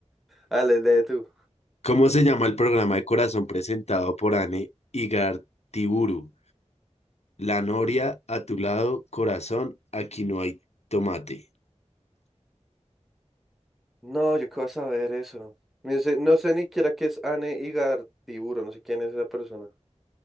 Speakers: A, in the centre; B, on the left.
A: Ale, lee tú.
B: ¿Cómo se llama el programa de corazón presentado por Anne Igartiburu? La noria a tu lado, corazón, aquí no hay tomate.
A: No, yo qué vas a ver eso. No sé, no sé ni siquiera qué es Anne Igartiburu, no sé quién es esa persona.